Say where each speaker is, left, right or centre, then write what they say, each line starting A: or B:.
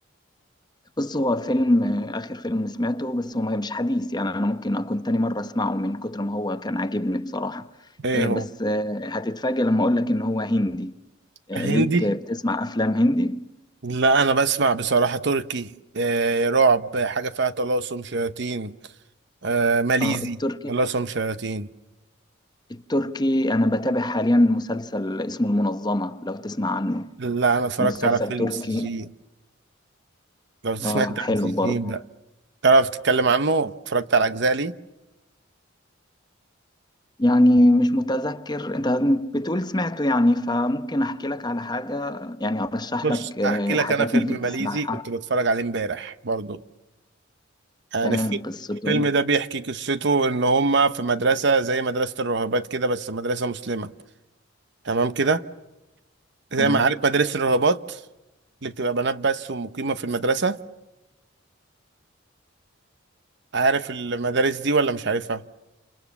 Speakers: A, on the left; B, on the right.
A: بص هو فيلم آخر فيلم سمعته بس هو مش حديث يعني أنا ممكن أكون تاني مرة أسمعه من كتر ما هو كان عاجبني بصراحة
B: ايه
A: آه،
B: هو
A: بس آه، هتتفاجأ لما أقول لك إن هو هندي آه،
B: هندي
A: ليك آه، بتسمع أفلام هندي؟
B: لا انا بسمع بصراحه تركي آه رعب حاجه فيها طلاسم شياطين آه ماليزي
A: آه التركي
B: طلاسم شياطين
A: التركي أنا بتابع حاليا مسلسل اسمه المنظمة لو تسمع عنه
B: لا انا اتفرجت
A: مسلسل
B: على فيلم
A: تركي
B: سجين لو تسمع
A: آه
B: انت
A: حلو
B: عن سجين
A: برضه
B: بقى تعرف تتكلم عنه اتفرجت على اجزاء ليه
A: يعني مش متذكر انت بتقول سمعته يعني فممكن احكي لك على حاجة يعني ارشح
B: بص
A: لك آه،
B: هحكي لك
A: حاجات
B: انا فيلم
A: ممكن
B: ماليزي
A: تسمعها
B: كنت بتفرج عليه امبارح برضو يعني
A: تمام
B: في
A: قصته
B: الفيلم
A: يعني
B: ده بيحكي قصته ان هما في مدرسة زي مدرسة الراهبات كده بس مدرسة مسلمة تمام كده زي
A: تمام
B: ما عارف مدارس الراهبات اللي بتبقى بنات بس ومقيمة في المدرسة عارف المدارس دي ولا مش عارفها